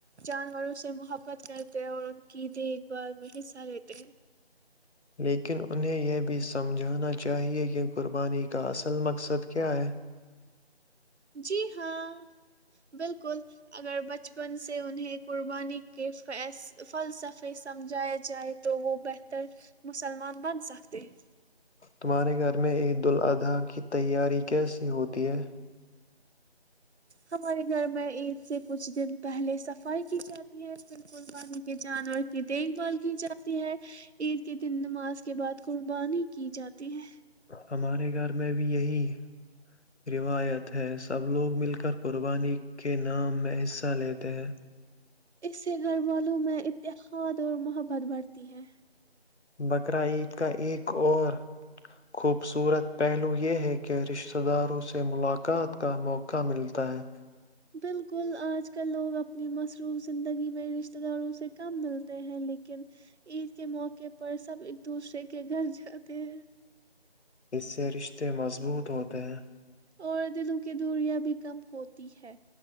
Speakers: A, on the right; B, on the left.
A: جانوروں سے محبت کرتے ہیں اور ان کی دیکھ بھال میں حصہ لیتے ہیں
B: لیکن انہیں یہ بھی سمجھانا چاہیے کہ قربانی کا اصل مقصد کیا ہے
A: جی ہاں بالکل اگر بچپن سے انہیں قربانی کے فی فلسفے سمجھاائے جائے تو وہ بہتر مسلمان بن سکتے ہیں
B: تمہارے گھر میں عید الاضحی کی تیاری کیسی ہوتی ہے
A: ہمارے گھر میں عید سے کچھ دن پہلے صفائی کی جاتی ہے پھر قربانی کے جانور کی دیکھ بھال کی جاتی ہے عید کے دن نماز کے بعد قربانی کی جاتی ہے
B: ہمارے گھر میں بھی یہی روایت ہے سب لوگ مل کر قربانی کے نام میں حصہ لیتے ہیں
A: اس سے گھر والوں میں اتقاد اور محبت بڑھتی ہے
B: بقر عید کا ایک اور خوبصورت پہلو یہ ہے کہ رشتہ داروں سے ملاقات کا موقع ملتا ہے
A: بالکل آج کل لوگ اپنی مصروف زندگی میں رشتہ داروں سے کم ملتے ہیں لیکن عید کے موقعے پر سب ایک دوسرے کے گھر جاتے ہیں
B: اس سے رشتے مضبوط ہوتے ہیں
A: اور دلوں کی دوریاں بھی کم ہوتی ہے